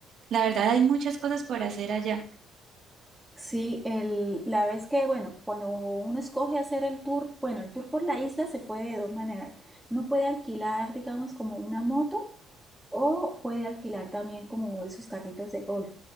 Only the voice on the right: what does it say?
la verdad hay muchas cosas por hacer allá.